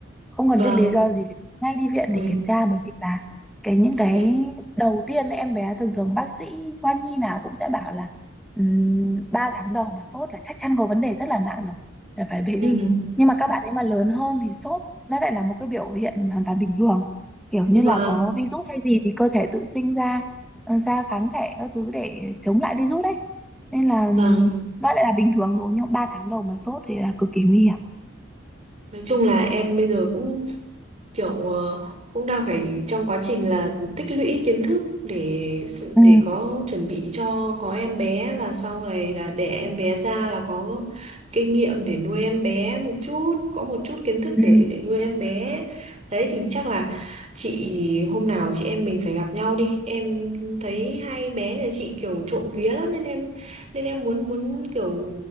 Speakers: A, in the centre; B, on the right.
A: không
B: vâng
A: cần biết lý do gì phải bế ngay đi viện
B: Ui,
A: để kiểm tra bởi vì là cái những
B: ui.
A: cái đầu tiên ấy, em bé thường thường bác sĩ khoa nhi nào cũng sẽ bảo là um, 3 tháng đầu mà sốt là chắc chắn có vấn đề rất là nặng rồi là phải bế
B: Ừ,
A: đi nhưng mà các bạn ấy mà lớn hơn thì sốt nó lại là một cái biểu hiện hoàn toàn bình thường kiểu
B: vâng
A: như là có virus hay gì thì cơ thể tự sinh ra ờ, ra kháng thể các thứ để chống lại virus đấy nên là
B: vâng
A: nó lại là bình thường rồi nhưng 3 tháng đầu mà sốt thì là cực kỳ nguy hiểm
B: Nói chung là em bây giờ cũng kiểu ờ, cũng đang phải trong quá trình là tích lũy kiến thức để
A: Ừ.
B: để có chuẩn bị cho có em bé và sau này là để em bé ra là có kinh nghiệm để nuôi em bé một chút, có một chút kiến thức
A: ừ.
B: để để nuôi em bé. Đấy thì chắc là chị hôm nào chị em mình phải gặp nhau đi. Em thấy hai bé nhà chị kiểu trộm vía lắm nên em nên em muốn muốn kiểu